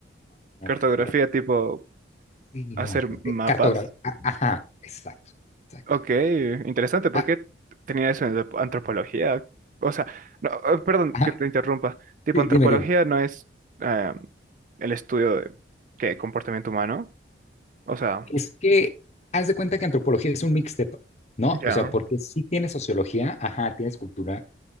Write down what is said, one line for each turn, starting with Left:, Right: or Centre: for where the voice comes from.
Left: no, no,
Right: cartografía
Left: cartografía,
Right: tipo
Left: sí,
Right: hacer
Left: no,
Right: mapas.
Left: eh, cartografía. a- Ajá, exacto, exacto.
Right: Ok, interesante. ¿Por
Left: Ah,
Right: qué tenía eso en la antropología? O sea, no, eh, perdón
Left: Ajá,
Right: que te interrumpa. Tipo,
Left: sí,
Right: antropología
Left: dime, dime.
Right: no es eh, el estudio de ¿qué? comportamiento humano. O sea,
Left: Es que haz de cuenta que antropología es un mixteto, ¿no?
Right: ya.
Left: O sea, porque sí tienes sociología, ajá, tienes cultura,